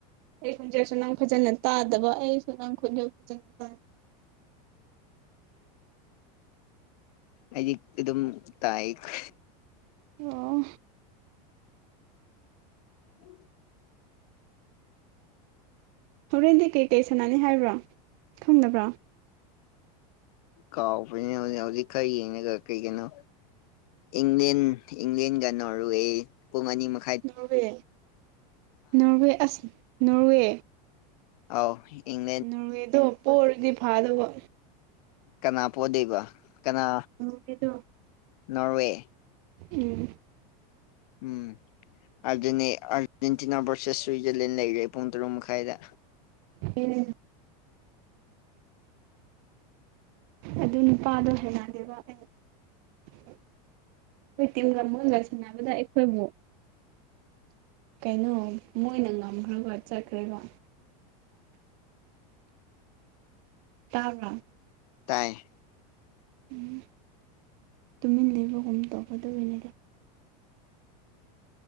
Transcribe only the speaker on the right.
ꯑꯩ ꯈꯣꯟꯖꯦꯛꯁꯨ ꯅꯪ ꯐꯖꯅ ꯇꯥꯗꯕ ꯑꯩꯁꯨ ꯅꯪ ꯈꯖꯦꯛ ꯐꯖꯅ ꯇꯥ
ꯑꯣ
ꯍꯣꯔꯦꯟꯗꯤ ꯀꯩꯀꯩ ꯁꯥꯟꯅꯥꯅꯤ ꯍꯥꯏꯕ꯭ꯔꯣ ꯈꯪꯗꯕꯔꯣ
ꯅꯣꯔꯋꯦ ꯅꯣꯔꯋꯦ ꯑꯁ ꯅꯣꯔꯋꯦ
ꯅꫭꯔꯋꯦꯗꫭ ꯄꫭꯔꯗꯤ ꯐꯥꯗꯧꯕ
ꯎꯕꯤꯗꯣ
ꯎꯝ
ꯎꯝ ꯑꯗꯨ ꯅꯨꯄꯥꯗꯣ ꯍꯦꯟꯅꯗꯦꯕ ꯑꯩ ꯑꯩꯈꯣꯏ ꯇꯤꯝꯒ ꯃꯨꯣꯟꯒ ꯁꯥꯟꯅꯕꯗ ꯑꯩꯈꯣꯏꯃꯨꯛ ꯀꯩꯅꯣ ꯃꯣꯏꯅ ꯉꯝꯈ꯭ꯔꯕ ꯆꯠꯈ꯭ꯔꯦꯀꯣ ꯇꯥꯕ꯭ꯔꯣ
ꯎꯝ ꯇꯨꯃꯤꯟ ꯂꯩꯕꯒꯨꯝ ꯇꯧꯒꯗ ꯑꯣꯏꯅꯗꯤ